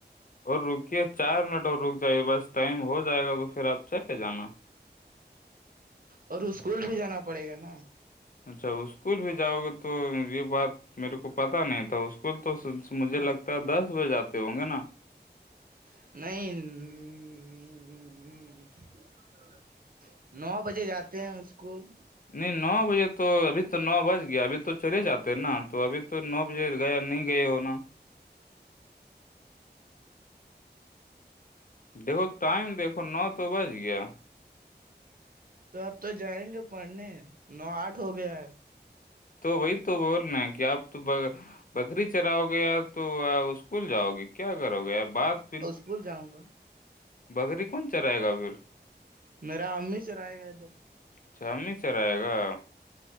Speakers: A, on the left (about 50°); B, on the right (about 55°).
A: اور رکیے چار منٹ اور رک جائیے بس ٹائم ہو جائے گا تو پھر آپ چلے جانا
B: اور اسکول بھی جانا پڑے گا نا
A: اچھا اسکول بھی جاؤ گے تو یہ بات میرے کو پتا نہیں تھا اسکول تو مجھے لگتا ہے دس بجے آتے ہوں گے نا
B: نہیں نو بجے جاتے ہیں اسکول
A: نہیں نو بجے تو ابھی تو نو بج گیا ابھی تو چلے جاتے نا تو ابھی تو نو بجے گیا نہیں گئے ہونا دیکھو ٹائم دیکھو نو تو بج گیا
B: تو اب تو جائیں گے پڑھنے نو آٹھ ہو گیا ہے
A: تو وہی تو بول رہ کہ آپ تو بکری چراؤ گے تو اسکول جاؤ گے کیا کرو گے بات پھر
B: بھول جاؤں گا
A: بکری کون چرائے گا پھر
B: میرا امی چرائے گا ادھر
A: اچھا ہی سےر آئے گا